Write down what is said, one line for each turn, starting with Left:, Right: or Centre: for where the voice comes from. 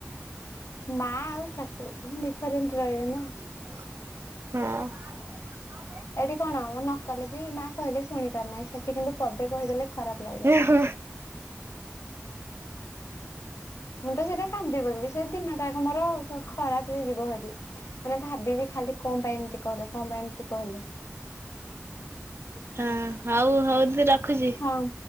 Left: ମା ଆଉ ଶାଶୁ ଡିଫରେଣ୍ଟ ରହିବେ ନା।
Right: ହଁ।
Left: ଏଠି କଣ ମୁଁ ନ କଲେ ବି ମା କହିଲେ ଶୁଣି ପାର ନାହିଁ ସେଠି କିନ୍ତୁ ପଦେ କହିଦେଲେ ଖରାପ। ଲାଗିବ।
Right: ହୁଁ ହୁଁ।
Left: ମୁଁ ତ ସେଇଥିପାଇ କାନ୍ଦିି ପଳେଇବି ସେ ଦିନଟା ଆଗ ମୋର ଖରାପ ରେ ଯିବ ହରି। ମାନେ ଭାବିବି ଖାଲି କଣ ପାଇଁ ଏମିତି କହିଲେ କଣ ପାଇଁ ଏମିତି କହିଲେ।
Right: ହଁ ହଉ ହଉ ଦିଦି ରଖୁଛି।
Left: ହଁ।